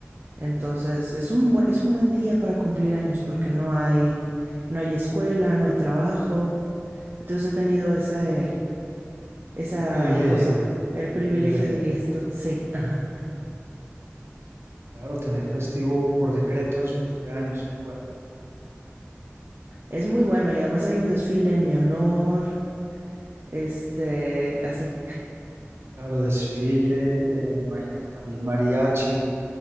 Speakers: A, on the right; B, on the right.
A: Entonces, es un buen, es un buen día para cumplir años porque no hay, no hay escuela, no hay trabajo. Entonces he tenido esa, eh, esa
B: Un privilegio,
A: cosa, el privilegio,
B: un privilegio.
A: dirías tú. Sí, ajá.
B: Claro, tener festivo por decreto en su cumpleaños, muy bueno.
A: Es muy bueno y además hay un desfile en mi honor. Este, así.
B: Claro, desfile, eh, me imagino que también mariachi.